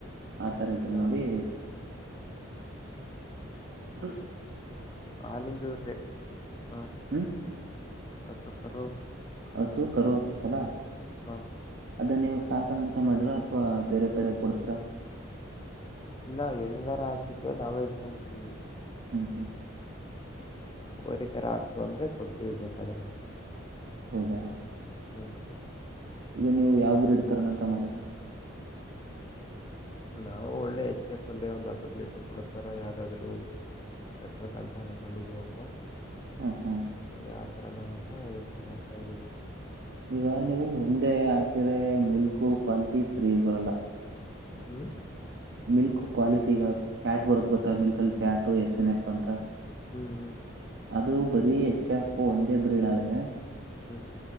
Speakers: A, on the right; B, on the left.
A: ಆತರ ಇದ್ರು
B: ಇಲ್ಲಾಂದ್ರೆ
A: ನೋಡಿ ಹ
B: ಹಾಲಂದೂಹಾ
A: ಹ್ಮ್
B: ಅಸುಕೋ
A: ಹಸು ಕರು ಹಾಕುತಲ್ಲ
B: ಹಾ
A: ಅದ ನೀವು ಸಾಕಣ ಅಂತ ಮಾಡಿರ ಅಥವಾ ಬೇರೆ ಕಡೆ ಕೊಡ್ತರಾ
B: ಇಲ್ಲ ಹೆಣುಗಾರ ಹಾಕಿದ್ರೆ ನಾವೇ ಇಡ್ಕೊಂತೀವಿ
A: ಹ್ಮ್ ಹ್ಮ್
B: ಹೋರಿಕರ ಆಗ್ತವ ಅಂದ್ರೆ ಕೊಡ್ತಿವಿ ಬೇಕಾದ್ರೆ
A: ಹೌದಾ
B: ಹ್ಮ್
A: ಈಗ ನೀವು ಯಾವ ಬ್ರ ಇಡ್ತಾರನಂತ ಮಾಡಿದರಾ
B: ನಾವು ಒಳ್ಳೆ ಹೆಚ್ಚೆ ಪಲ್ಯ ಒಂದ್ ಹದ್ ಹದ್ ಲೀಟರ್ ಕೊಡತಾರ ಯಾವ್ದಾದ್ರು ತರ್ಬದ ಅಂತ ಅನ್ಕೊಂಡಿದೀವಪ್ಪ
A: ಹಾ ಹಾ
B: ಯಾವ ತರನ ಅಂತ ಯೋಚನೆ ಮಾಡ್ತಾ ಇದ್ದೀನ
A: ಈಗ ನೀವು ಒಂದೇ ಹಾಕಿರೆ ಮಿಲ್ಕ್ ಕ್ವಾಲಿಟಿ ಸರಿ ಇರ್ ಬರಲ್ಲ
B: ಹ್ಮ
A: ಮಿಲ್ಕ್ ಕ್ವಾಲಿಟಿ ಈಗ ಫ್ಯಾಟ್ ಬರುತ್ತೆ ಗೊತ್ತಾ ಮಿಲ್ಕ್ ಅಲ್ಲಿ ಫ್ಯಾಟು ಎಸ್ ಎನ್ ಎಪ್ ಅಂತ
B: ಹ್ಮ್ ಹ್ಮ್
A: ಅದು ಬರೀ ಎಚ್ ಎಫ್ ಒಂದೇ ಬ್ರೀಡ್ ಆದ್ರೆ
B: ಹ್ಮ್